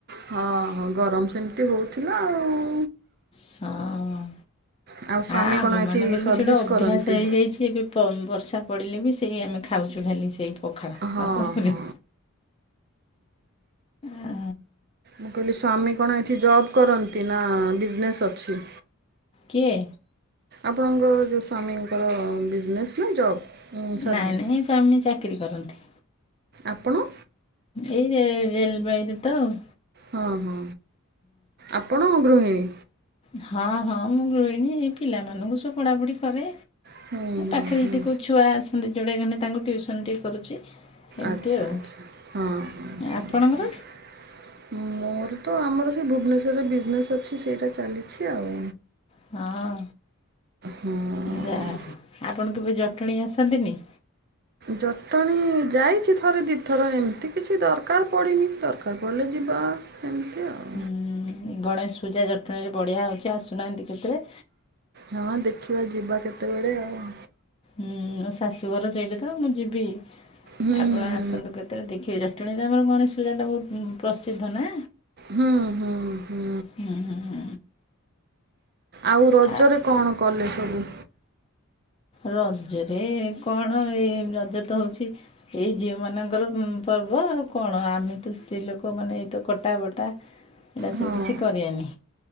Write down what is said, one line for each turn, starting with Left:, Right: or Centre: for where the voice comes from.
Right: ହଁ-ହଁ ଗରମ ସେମ୍ତି ହଉଥିଲା ଆଉ।
Left: ହଁ
Right: ଆଉ ସ୍ୱାମୀ
Left: ଆ ଆମମାନଙ୍କର
Right: କଣ ଏଠି ସର୍ଭିସ୍
Left: ବି ସେଇଟା ଅଭ୍ୟାସ
Right: କରନ୍ତି?
Left: ହେଇଯାଇଛି ଏବେବି। ପ ବର୍ଷା ପଡ଼ିଲେ ବି ସେଇ ଆମେ ଖାଉଛୁ ଖାଲି ସେଇ ପଖାଳ,
Right: ହଁ
Left: ଆଉ କଣ କରିବୁ
Right: ହଁ।
Left: ଆ
Right: ମୁଁ କହିଲି ସ୍ୱାମୀ କଣ ଏଠି ଜବ୍ କରନ୍ତି ନା ବିଜନେସ୍ ଅଛି?
Left: କିଏ?
Right: ଆପଣଙ୍କର ଯୋଉ ସ୍ୱାମୀଙ୍କର ବିଜନେସ୍ ନା ଜବ୍? ସର୍ଭିସ୍?
Left: ନାଇଁ-ନାଇଁ ସ୍ୱାମୀ ଚାକିରି କରନ୍ତି।
Right: ଆପଣ?
Left: ଏଇ ରେ ରେଲବାଇରେ ତ ଆଉ।
Right: ହଁ-ହଁ, ଆପଣ ଗୃହିଣୀ?
Left: ହଁ-ହଁ ମୁଁ ଗୃହିଣୀ ଏଇ ପିଲାମାନଙ୍କୁ ସବୁ ପଢ଼ାପଢ଼ି କରେ।
Right: ହୁଁ ହୁଁ
Left: ପାଖେରେ
Right: ହୁଁ
Left: ଯଦି କୋଉ ଛୁଆ ଆସନ୍ତି ଯୋଡ଼େ ଘନେ ତାଙ୍କୁ ଟିଉସନ୍ ଟିକେ କରୁଚି। ଏମିତି
Right: ଆଚ୍ଛା-ଆଚ୍ଛା
Left: ଆଉ
Right: ହଁ।
Left: ଆପଣଙ୍କର?
Right: ମୋର ତ ଆମର ସେ ଭୁବନେଶ୍ୱରରେ ବିଜନେସ୍ ଅଛି ସେଇଟା ଚାଲିଛି ଆଉ।
Left: ହଁ
Right: ହଁ।
Left: ଯାହା ହେଉ ଆପଣ କେବେ ଜଟଣୀ ଆସନ୍ତିନି?
Right: ଜଟଣୀ ଯାଇଛି ଥରେ ଦିଥର ଏମିତି କିଛି ଦରକାର୍ ପଡ଼ିନି, ଦରକାର୍ ପଡ଼ିଲେ ଯିବା। ଏମିତି ଆଉ।
Left: ହୁଁ ଗଣେଶ ପୂଜା ଜଟଣୀରେ ବଢିଆ ହଉଛି ଆସୁନାହାନ୍ତି କେତେରେ।
Right: ହଁ ଦେଖିବା ଯିବା କେତେବେଳେ ଆଉ।
Left: ହୁଁ ମୋ ଶାଶୁଘର ସେଇଠି ତ ମୁଁ ଯିବି।
Right: ହୁଁ
Left: ଆପଣ
Right: ହୁଁ
Left: ଆସନ୍ତୁ କେତେବେଳେ ଦେଖିବେ ଜଟଣୀରେ ଆମର ଗଣେଶ ପୂଜାଟା ବହୁତ୍ ପ୍ରସିଦ୍ଧ ନା।
Right: ହୁଁ ହୁଁ ହୁଁ
Left: ହୁଁ-ହୁଁ-ହୁଁ।
Right: ଆଉ ରଜରେ
Left: ଆ
Right: କଣ କଲେ ସବୁ?
Left: ରଜରେ କଣ ଏଇ ରଜ ତ ହଉଛି ଏଇ ଝିଅ ମାନଙ୍କର ପର୍ବ ଆଉ କଣ ଆମେ ତ ସ୍ତ୍ରୀ ଲୋକମାନେ ଏଇତ କଟା ବଟା ଏରା
Right: ହଁ
Left: ସବୁକିଛି କରିଆନି,